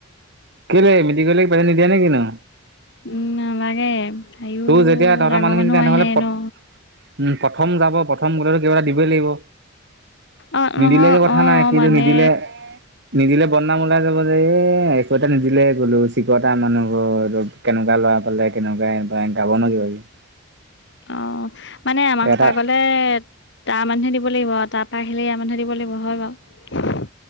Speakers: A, on the right; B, on the left.
A: কেলে মিটিং কৰিলে কি পেজেণ্ট নিদিয়ে নে কি নো?
B: উম' নালাগে, আইও
A: তোৰ যেতিয়া তহঁতৰ
B: ডাঙৰ
A: মানুহখিনি
B: মানুহ
A: তেহেঁতৰ
B: আহে
A: ঘৰলে প
B: ন।
A: উম' প্ৰথম যাব, প্ৰথম গ'লেতো কিবা এটা দিবই লাগিব।
B: অ',
A: নিদিলে
B: নহয়
A: একো কথা
B: অ',
A: নাই, কিন্তু
B: মানে
A: নিদিলে নিদিলে বদনাম ওলাই যাব যে, এ একো এটা নিদিলে গ'লো চিকটা মানুহ ঘৰ। কেনেকুৱা ল'ৰা পালে, কেনেকুৱা ইহঁতৰ গাব ন' কিবা কিবি।
B: অ' মানে আমাৰ ঘৰৰ
A: এটা
B: পা গলে। তাৰ মানুহে দিব লাগিব, তাপা আহিলে ইয়াৰ মানুহে দিব লাগিব, হয় বাৰু।